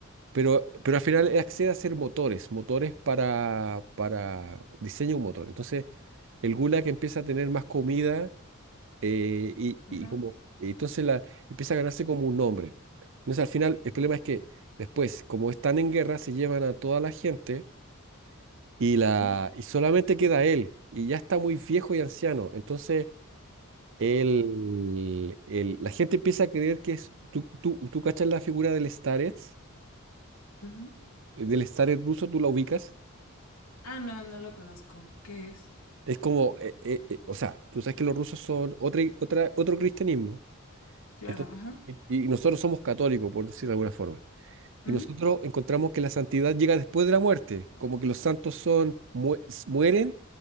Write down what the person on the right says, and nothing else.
pero, pero al final él accede a hacer motores, motores para, para diseño de un motor. Entonces, el Gulag empieza a tener más comida eh, y,
y como, entonces la, empieza a ganarse como un nombre. Entonces al final el problema es que después, como están en guerra, se llevan a toda la gente y, la,
y solamente queda él y ya está muy viejo y anciano. Entonces él, él- la gente empieza a creer que es, tú, tú, tú cachas la figura del Starets,
eh, del Starets ruso, tú la ubicas.
Es como, eh, eh, eh, o sea, tú sabes que los rusos son otra, otra, otro cristianismo.
Entonces,
y, y nosotros somos católicos, por decirlo de alguna forma.
Y nosotros encontramos que la santidad llega después de la muerte, como que los santos son, mu- mueren